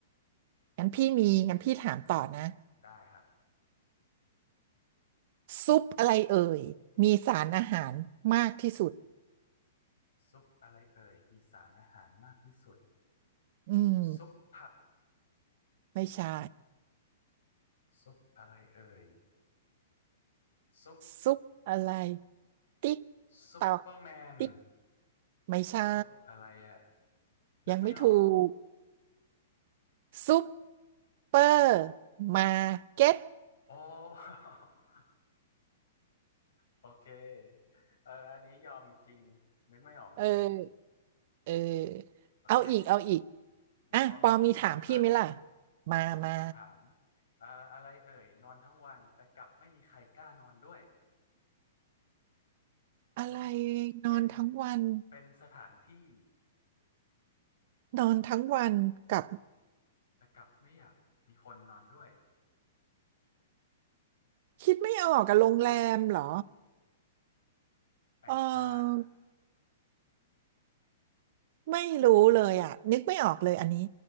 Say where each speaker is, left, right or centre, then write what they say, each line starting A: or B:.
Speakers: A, on the right (about 50°); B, on the left (about 85°).
A: งั้นพี่มีงั้นพี่ถามต่อนะ
B: ได้ครับ
A: ซุปอะไรเอ่ยมีสารอาหารมากที่สุด
B: ซุปอะไรเอ่ยมีสารอาหารมากที่สุด
A: อืม
B: ซุปผัก
A: ไม่ใช่
B: ซุปอะไรเอ่ยซุป
A: ซุปอะไรติ๊ก
B: ซุปเปอร์แมน
A: ตอกติ๊กไม่ใช่
B: ซุปอะไรอ่ะนึกไม่ออก
A: ยังไม่ถูกซุปเปอร์มาร์เก็ต
B: โอ้ <laughs> โอเคเอออันนี้ยอมจริงนึกไม่ออกจริง
A: เออเออ
B: โอเค
A: เอาอีกเอาอีก
B: เดี๋ยวปอมีคำถามมั่ง
A: อ่ะปอมีถามพี่ไหมล่ะมามา
B: ปอมีคำถามเอ่ออะไรเอ่ยนอนทั้งวันแต่กลับไม่มีใครกล้านอนด้วย
A: อะไร
B: นอน
A: นอนทั้งวัน
B: เป็นเป็นสถานที่
A: นอนทั้งวันกับ
B: แต่กลับไม่อยากมีคนนอนด้วย
A: คิดไม่ออกกับโรงแรมเหรอ
B: ไม่ใช่
A: เออไม่รู้เลยอ่ะนึกไม่ออกเลยอันนี้